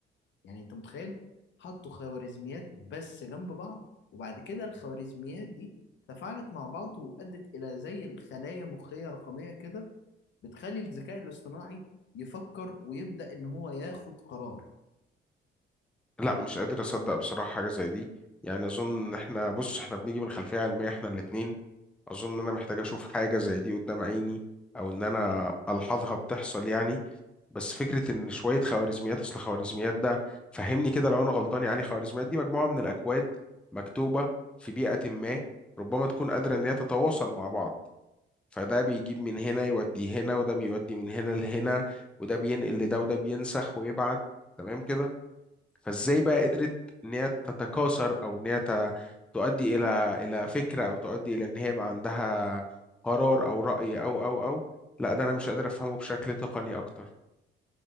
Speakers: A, on the left (about 65°); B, in the centre.
A: يعني انت متخيل حطوا خوارزميات بس جنب بعض وبعد كده الخوارزميات دي تفاعلت مع بعض وأدت إلى زي الخلايا مخية رقمية كده بتخلي الذكاء الاصطناعي يفكر ويبدأ إن هو ياخد قرار
B: لا مش قادر اصدق بصراحه حاجه زي دي يعني اظن ان احنا بص احنا بنيجي من خلفيه علميه احنا الاتنين اظن ان انا محتاج اشوف حاجه زي دي قدام عيني او ان انا الحظها بتحصل يعني بس فكره ان شويه خوارزميات اصل خوارزميات ده فهمني كده لو انا غلطان يا علي خوارزميات دي مجموعه من الاكواد مكتوبه في بيئه ما ربما تكون قادره ان هي تتواصل مع بعض فده بيجيب من هنا يودي هنا وده بيودي من هنا لهنا وده بينقل لده وده بينسخ ويبعت تمام كده فازاي بقى قدرت ان هي تتكاثر او ان هي ت- تؤدي الى الى فكره او تؤدي الى ان هي يبقى عندها قرار او راي او او او لا ده انا مش قادر افهمه بشكل تقني اكتر